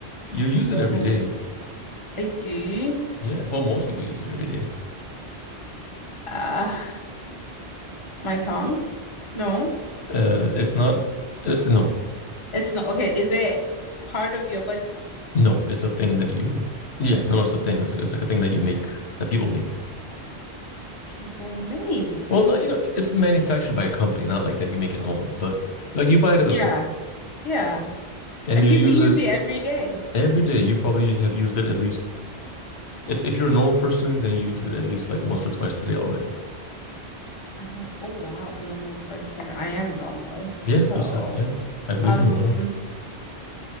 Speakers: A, on the left; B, on the left.
A: You use
B: Still
A: it every
B: holds.
A: day.
B: I do.
A: Yeah. Well, most people use it every day.
B: Uh, my tongue? No,
A: Uh, it's not uh, no.
B: it's not. Okay, is it part of your body?
A: No, it's a thing that you Yeah, no, no, it's a thing. It's like, it's like a thing that you make that people make.
B: People make.
A: Well, not, you know, it's manufactured by a company, not like that you make it home, but like you buy it at the
B: Yeah,
A: store
B: yeah.
A: and
B: And
A: you
B: people
A: use
B: use
A: it
B: it every day.
A: every day. You probably have used it at least, if, if you're a normal person, then you used it at least like once or twice today already.
B: I know. Oh, wow. A normal person. I am normal.
A: Yeah,
B: So,
A: you sound, yeah, I believe
B: um,
A: you're normal.